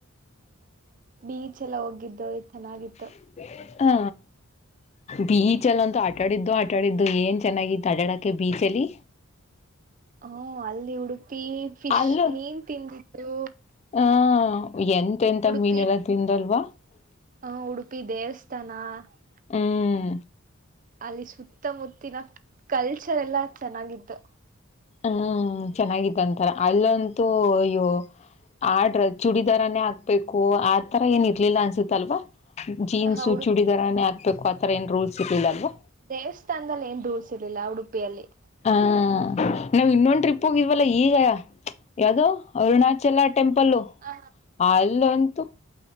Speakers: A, on the right; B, on the left.
A: ಬೀಚನ್ನ ಹೋಗಿದ್ದೆ ಚೆನ್ನಾಗಿತ್ತು
B: <inaudible> ಹಾ ಬೀಚಳಂತೂ ಆಟ ಆಡಿದ್ದೆ ಆಡಿದ್ದು. ಏನ್ ಚನ್ನಾಗಿತ್ತು ಆಟದಕ್ಕೆ ಬೀಚಲ್ಲಿ
A: ಹಾ ಅಲ್ಲಿ ಉಡುಪಿ ಫಿಶ್
B: ಅಲ್ಲ
A: ಮೀನ್ ತಿಂದದ್ದು
B: <unintelligible>
A: ಉಡುಪಿ ಹ ಉಡುಪಿ <unintelligible>
B: ಹ್ಮ್ಮ್
A: ಅಲಿ ಸುತ್ತ ಮೂತಿನು ಕಲ್ಚರಲ್ ಯಲ್ಲಿ ಚೆನ್ನಾಗಿ ಇತು.
B: ಹ ಚೆನ್ನಾಗಿತ್ತಂತ ಒಂತರಾ ಅಲ್ಲಂತೂ ಇವ ಆ ಡ್ರೆಸ್ ಚೂಡಿದಾರನೆ ಹಾಕ್ಬೇಕು ಆತರ ಏನ ಇರಲಿಲ್ಲ ಅನ್ಸಿತ್ತ ಅಲ್ವ. ಜೀನ್ಸು
A: ಹ ಉಡುಪಿ
B: ಚೂಡಿದಾರ ನೇ ಹಾಕ್ಬೇಕು ಆತರ ಏನ್ ರೂಲ್ಸ್ ಇರ್ಲಿಲ್ಲ ಅಲ್ವಾ.
A: ದೇವಸ್ಥಾನದಲ್ಲಿ ಏನ್ ರೂಲ್ಸ್ <unintelligible>
B: ಹ ನಾವು ಇನ್ನೊಂದು ಟ್ರಿಪ್ ಹೋಗಿದ್ವಲ್ಲ ಈಗಾ ಯಾವುದು ಅರುಣಾಚಲ ಟೆಂಪಲ್
A: ಹ
B: ಅಲ್ಲಂತೂ